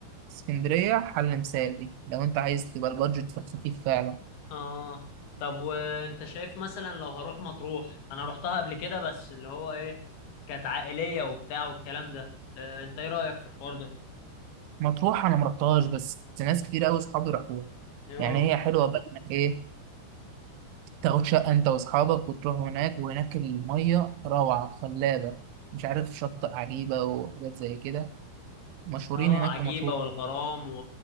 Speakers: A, on the right; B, on the left.
A: اسكندرية حل مثالي لو انت عايز تبقى البادجت في الخفيف فعلا
B: اه طب وانت شايف مثلا لو هروح مطروح انا رحتها قبل كده بس اللي هو ايه كانت عائليه وبتاع والكلام ده آه، انت ايه رايك في الحوار ده
A: مطروح انا ما رحتهاش بس ناس كتير قوي اصحابي راحوها
B: اه
A: يعني هي حلوه بقى انك ايه تاخد شقه انت واصحابك وتروح هناك وهناك الميه روعه خلابه مش عارف شاطئ عجيبه وحاجات زي كده مشهورين
B: اه
A: هناك
B: عجيبة
A: في مطروح
B: والغرام و...